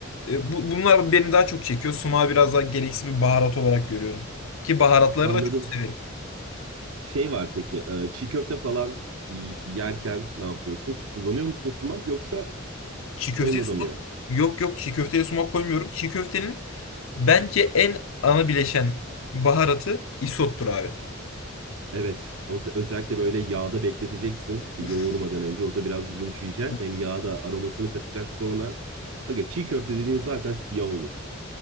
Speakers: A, on the left; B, on the right.
A: E, bu, bunlar beni daha çok çekiyor. Sumağı biraz daha gereksiz bir baharat olarak görüyorum. Ki baharatları
B: Anladım.
A: da çok severim.
B: Şey var peki e, çiğ köfte falan y- yerken ne yapıyorsun? Kullanıyor musun sumak yoksa
A: Çiğ köfteye
B: onunla
A: sumak
B: da mı yok?
A: yok yok çiğ köfteye sumak koymuyorum. Çiğ köftenin bence en ana bileşen baharatı isottur abi.
B: Evet, öz- özellikle böyle yağda bekleteceksin e,
A: Uf,
B: yoğurmadan önce. O da biraz yumuşayacak.
A: uf.
B: Hem yağda aromasını katacak sonra. Aga çiğ köfte dediğin zaten siyah olur.